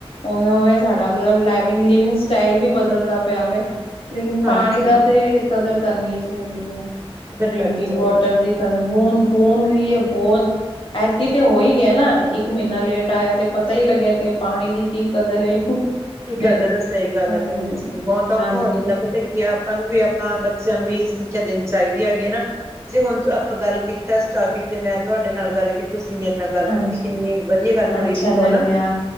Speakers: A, on the left; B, on the right.
A: ਉਵੇ -ਉਵੇ ਸਾਡਾ ਮਤਲਬ ਲੈਵਿਗ -ਲਿਵਿੰਗ ਸਟਾਈਲ ਵੀ ਬਦਲਦਾ ਪਿਆਵੇ। ਲੇਕਿਨ, ਪਾਣੀ
B: ਹਾਂਜੀ
A: ਦਾ ਤੇ ਕਦਰ ਕਰਨੀ ਚਾਹੀਦੀ ਏ,
B: ਕਦਰ
A: ਡਿ੍ੰਕਿੰਗ
B: ਕਰਨੀ ਚਾਹੀਦੀ
A: ਵਾਟਰ
B: ਹੈ
A: ਦੀ। ਬੂੰਦ ਬੂੰਦ ਲੀਏ ਬਹੁਤ ਐਤਕੀਂ ਤੇ ਹੋ ਹੀ ਗਿਆ ਨਾ ਇੱਕ ਮਹੀਨਾ ਲੇਟ ਆਇਆ ਤੇ ਪਤਾ ਹੀ ਲੱਗਿਆ ਕਿ ਪਾਣੀ ਦੀ ਕੀ ਕਦਰ ਏ।
B: ਕੀ
A: ਲੇ
B: ਕਦਰ ਏ ਸਹੀ ਗੱਲ
A: ਹਾਂਜੀ
B: ਹੈ, ਭੈਣ ਜੀ ਬਹੁਤ ਔਖਾ
A: ਹਾਂਜੀ
B: ਹੋ ਜਾਂਦਾ ਪਤਾ ਕੀ ਹੈ ਆਪਾਂ ਨੂੰ ਵੀ ਆਪਾਂ ਬੱਚਿਆਂ ਨੂੰ ਵੀ ਇਹੀ ਸਿੱਖਿਆ ਦੇਣੀ ਚਾਹੀਦੀ ਹੈਗੀ ਆ ਨਾ। ਜੇ ਹੁਣ ਤੋ ਆਪਾਂ ਗੱਲ ਕੀਤਾ ਇਸ ਟੋਪਿਕ ਤੇ ਮੈਂ ਤੁਹਾਡੇ ਨਾਲ ਗੱਲ ਕੀਤੀ ਤੁਸੀਂ ਮੇਰੇ ਨਾਲ ਗੱਲ
A: ਹਾਂਜੀ
B: ਕੀਤੀ ਕਿੰਨੀ ਵਧੀਆਂ ਗੱਲ
A: ਅੱਛਾ
B: ਹੋਈ ਦੇਖ ਲਓ
A: ਲੱਗਿਆ
B: ਨਾ